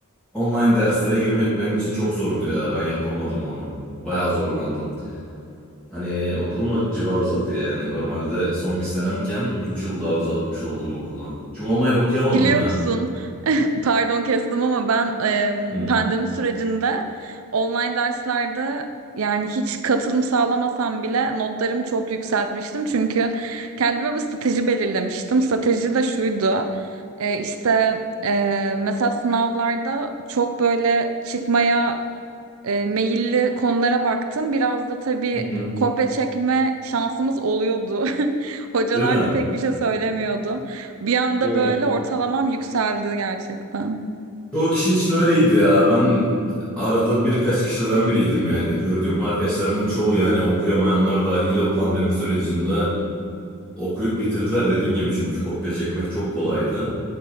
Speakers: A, in the centre; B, on the right.
A: online derslere girmek benim için çok zordu ya. Ben yapamadım onu. Bayağı zorlandım. Hani okulum o civar uzadı yani. Normalde son bir senemken 3 yıl daha uzatmış oldum okulu. Çünkü online okuyamadım
B: Biliyor
A: ya.
B: musun? <laughs> Pardon kestim ama ben em,
A: Hı.
B: pandemi sürecinde online derslerde yani hiç katılım sağlamasam bile notlarımı çok yükseltmiştim. Çünkü kendime bir strateji belirlemiştim. Strateji de şuydu. E, işte e, mesela sınavlarda çok böyle çıkmaya e, meyilli konulara baktım. Biraz da tabii
A: Hı hı.
B: kopya çekme şansımız oluyordu. <laughs> Hocalar
A: Değil mi?
B: da pek bir şey söylemiyordu. Bir anda
A: Değil mi?
B: böyle ortalamam yükseldi gerçekten.
A: Çoğu kişi için öyleydi ya. Ben arada birkaç kişiden biriydim yani. Gördüğüm arkadaşlarımın çoğu yani okuyamayanlar dahil o pandemi sürecinde okuyup bitirdiler dediğin gibi. Çünkü kopya çekmek çok kolaydı.